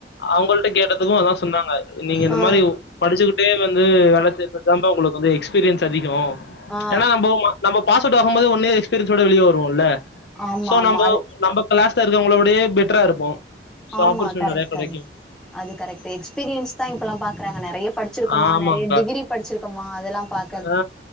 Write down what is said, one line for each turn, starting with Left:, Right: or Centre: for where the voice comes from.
Left: அவங்கள்ட்ட கேட்டதுக்கு அதா சொன்னாங்க நீங்க இந்த
Centre: ஆ
Left: மாரி படிச்சிக்கிட்டே வந்து வேல செய்றது அதாப்பா உங்களுக்கு வந்து எக்ஸ்பீரியன்ஸ் அதிகோ
Centre: ஆ ஆ
Left: ஏன்னா நம்ப நம்ப பாஸ்அவுட் ஆகும்போதே ஒன் இயர் எக்ஸ் பீரியன்ஸ்சோட வெளிய வருவோல்ல
Centre: ஆமா
Left: சோ
Centre: ஆமா
Left: நம்ப
Centre: அது
Left: நம்ப கிளாஸ்ல இருக்கவங்கள விடயே பெட்டரா இருப்போ சோ
Centre: ஆமா
Left: ஆப்பர்ச்சுனிட்டி
Centre: கரெக்ட்
Left: நெறைய கெடைக்கு
Centre: கரெக்ட் அது கரெக்ட் எக்ஸ்பீரியன்ஸ் தா இப்பெல்லா பாக்குறாங்க நெறைய படிச்சிருக்கோமா
Left: ஆமாங்க்கா
Centre: நெறைய டிகிரி படிச்சிருக்கோமா அதெல்லா பாக்
Left: ஆ